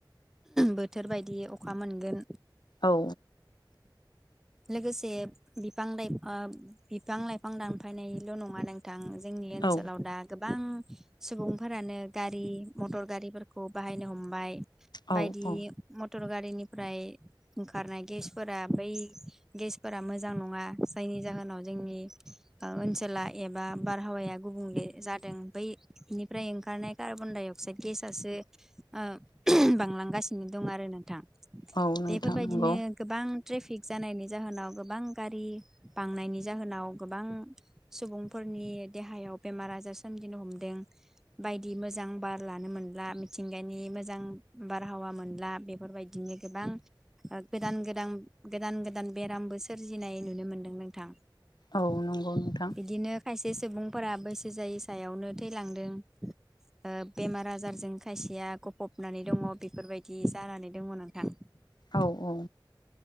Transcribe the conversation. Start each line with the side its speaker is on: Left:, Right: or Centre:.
Centre: बोथोरबायदि अखा मोनगोन
Left: औ
Centre: लोगोसे बिफां लाइफां बिफां लाइफां दानफायनायल नङा नोंथां। जोंनि ओनसोलाव
Left: औ
Centre: दा गो बां सुबुंफोरानो गारि मटर गारिफोरखौ बाहायनो हमबाय
Left: औ
Centre: बायदि
Left: औ
Centre: म मटर गारिनिफ्राय ओंखारनाय गेसफोरा बै गेस फोरा मोजां नङा जायनि जाहोन जनाव जोंनि ओ ओनसोला एबा बारहावाया गुबुंले जादों बै निफ्राय ओंखारनाय कार्बन डाइ अक्साइड गेसआसो ओ <unintelligible> बांलां गासिनो दं आरो नोंथां।
Left: औ नोंथां
Centre: बेफोरबायदिनो
Left: नंगौ
Centre: गोबां ट्रेफिक जानायनि जाहोनाव गोबां गारि बांनायनि जाहोनाव गोबां सुबुंफोरनि देहायाव बेमार आजार सोमजिनो हमदों बायदि मोजां बार लानो मोनला मिथिंगानि मोजां बारहावा मोनला बे। फोरबायदिनो गोबां ओ गोदान गोदान गोदान गोदान बेरामबो सोरजिनाय नुनो मो मोनदों नोंथां।
Left: औ नंगौ नोंथां
Centre: बिदिनो खायसे सुबुंफोरा बै जायै सायावनो थैलांदों ओ बेमार आजारजों खायसेया गफबनानै दङ बेफोरबायदि जानानै दङ नोंथां
Left: औ औ